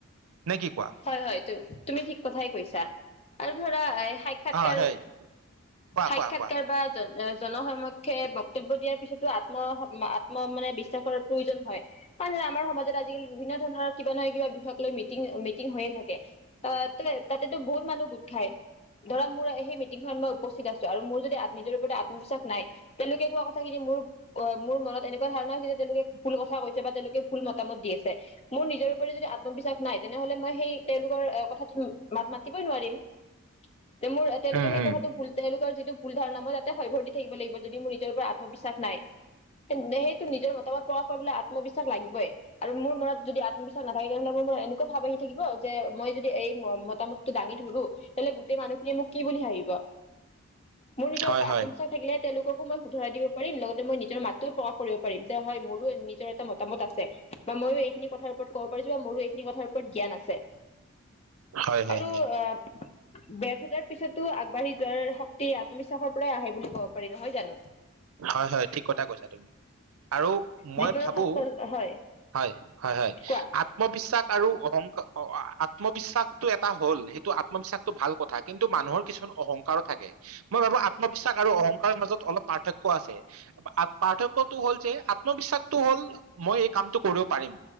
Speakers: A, on the right; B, on the left.
A: নে কি কোৱা
B: হয় হয় তুমি ঠিক কথাই কৈছা আৰু ধৰা এ সাক্ষাৎকাৰ
A: অ হয় কোৱা
B: সাক্ষাৎকাৰ
A: কোৱা কোৱা
B: বা জনসক্ষে বক্তব্য দিয়াৰ পিছতো আত্ম আত্ম মানে বিশ্বাসৰ প্ৰয়োজন হয় মান আমাৰ সমাজত আজিকালি বিভিন্ন ধৰণৰ কিবা নহ কিবা বিষয় লৈ মিং হৈয়ে থাকে আহ তলে তাতেতো বহুত মানুহ গোট খায় ধৰা মোৰ সেই মিটিংখনত মই উপস্থিত আছো আৰু মোৰ যদি নিজৰ ওপ আত্মবিশ্বাস নাই তেওঁলোকে কোৱা কথাখিনি মোৰ মোৰ মনত এনেকুৱা ধাৰণা হৈছে যে তেওঁলোকে ফুল কথা কৈছে বা তেওঁলোকে ফুল মতামত দি আছে মোৰ নিজৰ <unintelligible> আত্মবিশ্বাস নাই তেন্ত। তেনেহলে মই সেই তেওঁলোকৰ কথাটোত মাত মাতিবই নোৱাৰিম। তে মোৰ তেওঁলোকে
A: উম
B: সেই
A: হম
B: কথাটো ভুল তেওঁলোকৰ যিটো। ভুল ধাৰণা মই তাতে হয়ভৰ দি থাকিব লাগিব যদি মোৰ নিজৰ ওপৰত আত্মবিশ্বাস নাই। সেইটো নিজৰ মতামত প্ৰকাশ কৰিবলৈ আত্মবিশ্বাস লাগিবই আৰু মোৰ মনত যদি আত্মবিশ্বাস নাথাকে তেনেহ'লে মোৰ মনত এনেকুৱা। ভাৱ আহি থাকিব যে মই যদি এই মতামতটো দাঙি ধৰো তেনেহলে গোটেই মানুহখিনিয়ে মোক কি বুলি ভাবিব। মোৰ নিজৰ
A: হয়
B: পৰা
A: হয়
B: আত্মবিশ্বাস থাকিলে তেওঁলোক। কো মই শুধৰাই দিব পাৰিম লগতে মই নিজৰ মাতটোও প্ৰকাশ কৰিব পাৰিম যে হয় মোৰো নিজৰ এটা মতামত আছে। বা মইয়ো এইখিনি কথাৰ ওপৰত ক'ব পাৰি বা মোৰো এইখিনি কাৰ ওপৰত জ্ঞান আছে।
A: হয় হয়
B: আৰু
A: হয়
B: আ বে। তাৰ পিছতো আগবাঢ়ি যোৱাৰ শক্তি আত্মবিশ্বাসৰ পৰাই আহে বুলি ক'ব পাৰি নহয় জানো।
A: হয় হয় ঠিক কথা কৈছা তুমি। আৰু মই
B: জীৱনত
A: ভাবো
B: সফল হয়
A: হয় হয় হয়
B: কোৱা
A: আত্মবিশ্বাস। আৰু অহংকাৰ আত্মবিশ্বাসটো এটা হ'ল সেইটো আত্মবিশ্বাসটো ভাল কথা কিন্তু মানুহৰ কিছুমান। অহংকাৰো থাকে মই ভাবো আত্মবিশ্বাস আৰু অহংকাৰৰ মাজত অলপ পাৰ। পাৰ্থক্য আছে পাৰ্থক্য হ'ল যে আত্মবিশ্বাসটো হ'ল মই এই কামটো কৰিব পাৰিম।